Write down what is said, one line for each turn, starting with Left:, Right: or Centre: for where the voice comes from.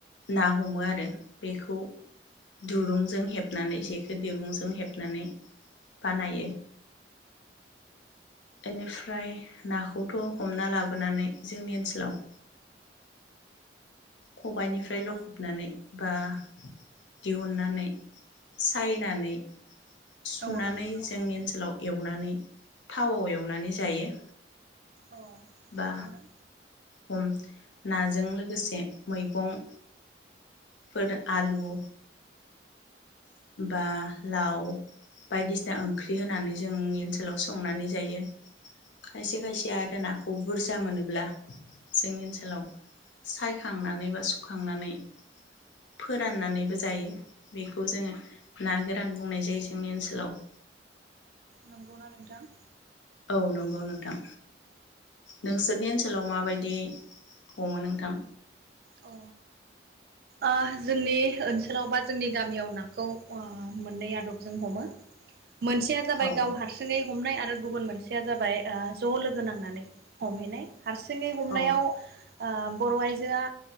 Left: ना हमो आरो बेखौ दुरुंजों हेबनानै जेखौ दिरुंजों हेबनानै बानायो बेनिफ्राय नाखौथ हमना लाबोनानै जोंनि ओनसोलाव खबाइनिफ्राय लखबनानै बा दिहुननानै सायनानै सुनानै
Right: औ नंगौ नोंथां
Left: जोंनि ओनसोलाव एव नानै थावाव एवनानै जायो
Right: अ
Left: बा
Right: नंगौ ना
Left: हम नाजों लोगोसे मैगं फोर आलु बा लाव बायदिसिना ओंख्रि होनानै जोंनि ओनसोलाव संनानै जायो खायसे खायसे आरो नाखौ बुरजा मोनोब्ला जोंनि ओनसोलाव सायखांनानै बा सुखांनानै फोराननानैबो जायो बेखौ जोङो ना गोरान बुंनाय जायो जोंनि ओनसोलाव
Right: नंगौना नोंथां?
Left: औ नंगौ नोंथां नोंसोरनि ओनसोलाव माबायदि हमो नोंथां?
Right: अ आ जोंनि ओनसोलाव बा जोंनि गामियाव ओ नाखौ मोननै आदबजों हमो मोनसेया जाबाय
Left: औ
Right: गाव हारसिङै हमनाय आरो गुबुन मोनसेया जाबाय ज लोगो नांनानै हमहैनाय हारसिङै हमनायाव
Left: औ
Right: आ बर आइजोआ